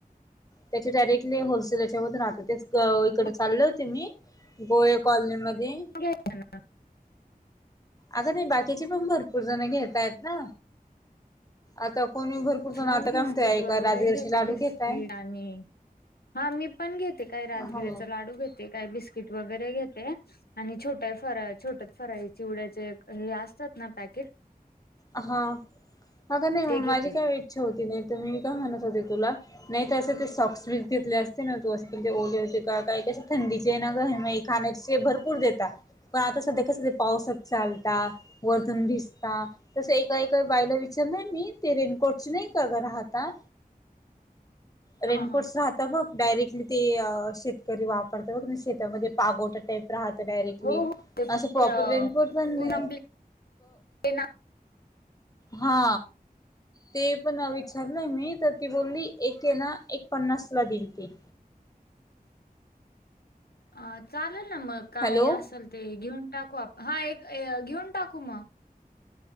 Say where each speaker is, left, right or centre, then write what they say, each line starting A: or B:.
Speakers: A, on the left; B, on the left.
A: त्याचे डायरेक्टली होलसेल याच्या मधून राहत तेच इकडं
B: मग
A: चाललं ते मी गोवे कॉलनीमध्येध्ये
B: हल
A: आता नाही बाकीची पण भरपूर जण घेतायत ना आता कोणी भरपूर जण आता
B: मग बिस्किट
A: काय म्हणतय
B: वगैरे
A: का राजगिराचे
B: घेते
A: लाडू
B: बिस्किट
A: घेताय
B: आणि हा मी पण घेते काही राजगिऱ्याचा
A: हो
B: लाडू घेते काय बिस्किट वगैरे घेते आणि छोटा फरा छोट फराई चिवड्याचे हे असतात ना पॅकेट
A: हा ह का नाही मग
B: ते घेते
A: माझी काय इच्छा होती नाही तर मीी काय म्हणत होते तुला नाही तर असं ते सॉक्स बस घेतले असते ना तो असणे ओले होते काय कं थंडीचे आहे ना का मा खाण्या भरपूर देता पण आता सध्या कस ते पावसच चालता वरतून भिजता तस एका एका बायला विचारलंय मी ते रेनकोटची नाही का राहता
B: <inaudible>
A: रेनकोट
B: हा
A: राह तर बघ डायरेक्टली ते शेतकरी वापरत बघ ना शेतामध्ये पागोटा टाईप राहत डायरेक्टली
B: हो हो ते
A: असं प्रॉपर रेंटपोर्ट पण
B: पूर्ण
A: नाही
B: प्लेन
A: हा ते पण विचारलं मी तर ती बोलली एके ना एक पन्नासला दिली ती
B: अ चालेल ना मग काय
A: हॅलो
B: असेल ते घेऊन टाकू आप हा एक घेऊन टाकू मग